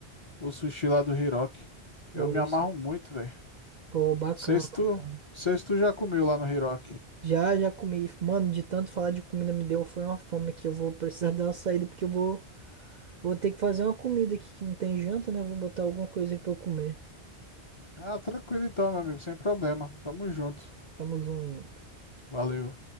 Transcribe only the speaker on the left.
o sushi lá do Hiroki.
Eu me amarro muito, velho.
Sei se
tu, sei se tu já comeu lá no Hiroki.
Ah, tranquilo então, meu amigo, sem problema. Tamo junto.
Valeu.